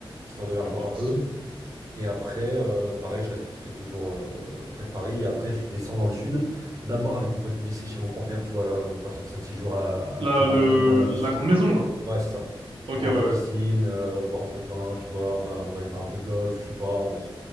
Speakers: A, on the right; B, on the right.
A: histoire de les revoir
B: La classe.
A: un peu. Et après, euh, pareil, je reste quelques jours euh, près de Paris, et après je descends dans le sud, d'abord avec mon pote du lycée chez mon grand-père, tu vois là, on passe cinq six jours à, la- à
B: Là,
A: côté là,
B: le
A: au bord, au bord de la
B: la
A: piscine,
B: grande maison, là.
A: Ouais, c'est ça.
B: Ok,
A: Au bord
B: ouais, ouais.
A: de la piscine, euh, boire un peu de vin, tu vois, on va, on va aller faire un peu de golf, je sais pas, on va se...